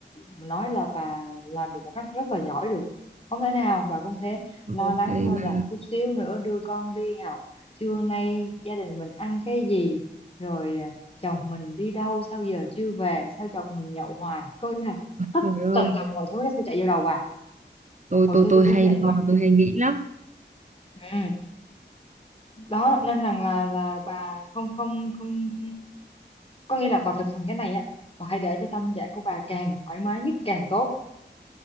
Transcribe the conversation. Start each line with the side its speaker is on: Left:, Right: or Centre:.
Left: mà nói là bà làm được một cách rất là giỏi được không thể nào bà cũng thế
Right: ừ.
Left: lo
Right: ok
Left: lắng thôi
Right: bà
Left: là chút xíu nữa đưa con đi học trưa nay gia đình mình ăn cái gì rồi à, chồng mình đi đâu sao giờ chưa về sao chồng mình nhậu hoài có nghĩa là tất
Right: trời
Left: tần
Right: ơi
Left: tật mọi thứ nó sẽ chạy vô đầu à
Right: tôi
Left: hồi
Right: tôi
Left: xưa
Right: tôi
Left: tôi cũng
Right: hay
Left: vậy mà
Right: lo tôi hay nghĩ lắm
Left: ừ. đó nên rằng là là bà không không không có nghĩa là bà thực hành cái này á bà hãy để cho tâm trạng của bà càng thoải mái nhất càng tốt